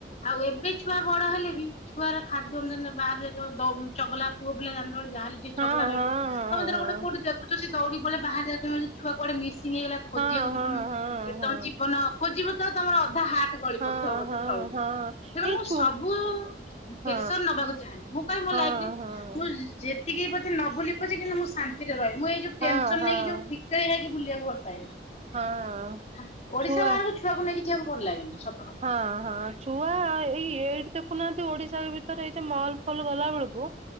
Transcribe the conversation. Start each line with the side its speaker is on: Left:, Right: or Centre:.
Left: ଆଉ ଏବେ ଛୁଆ ବଡ ହେଲେ ବି ଛୁଆର ଖାଦ୍ୟ ଅନୁସାରେନା ବାହାରେ ତ ଯେତେହେଲେ ଦଉ ଚଗଲା ପୁଅ ପିଲା ଜାନଥବ ଯାହା ହେଲେ ଟିକେ
Right: ହଁ
Left: ଚଗଲା
Right: ହଁ ହଁ
Left: ରଇବ। ତମେ ଧର
Right: ହଁ
Left: ଗୋଟେ କୋଉଠି ଦେଖୁଚ ସିଏ ଦୌଡି ପଳେଇବେ ବାହାର ଜାଗା କେମିତି ଛୁଆ କୁଆଡେ ମିସ ଙ୍ଗ ହେଇଗଲା ଖୋଜିବାକୁ
Right: ହଁ
Left: ବି
Right: ହଁ ହଁ ହଁ
Left: ତମେ ସେଠି
Right: ହଁ
Left: ତମ ଜୀବନ ଖୋଜିବ ତ ତମର ଅଧା ହାଟ ଗଳି
Right: ହଁ
Left: ପଡୁଥବ ବୋଧେ
Right: ହଁ
Left: ତଳୁକୁ।
Right: ହଁ
Left: ତେଣୁ
Right: ଏଇ
Left: ମୁଁ
Right: ଛୁ
Left: ସବୁ ପେସର
Right: ହଁ
Left: ନବାକୁ ଚାହେଁନି। ମୁଁ ଟୋଟାଲ ମୋ
Right: ହଁ
Left: ଲାଇଫରେ
Right: ହଁ
Left: ମୁଁ ଯ ଯେ ତିକି ବୋଧେ ନବୁଲିବି ପଛେ କିନ୍ତ ମୁଁ ଶାନ୍ତିରେହେ ମୁଁ ଏଇ ଯୋଉ
Right: ହଁ
Left: ଟେନସନ
Right: ହଁ
Left: ନେଇକି ଯୋଉ ବିକ ଳେଇ ହେଇକି ବୁଲିବାକୁ ଭଲ ପାଏନି।
Right: ହଁ
Left: ଖା ଓଡିଶା
Right: ଛୁଆ
Left: ବାହାରକୁ ଛୋ ଛୁଆକୁ ନେଇକି ଯିବାକୁ ଭଲ ଲାଗେନି ସତ କଥା।
Right: ହଁ ହଁ ଛୁଆ ଏଇ ଏଇଠି ଦେଖୁନାଆନ୍ତି ଓଡିଶା ଭିତରେ ଏଇ ଯୋଉ ମଲ ଫଲ ଗଲା ବେଳୁକୁ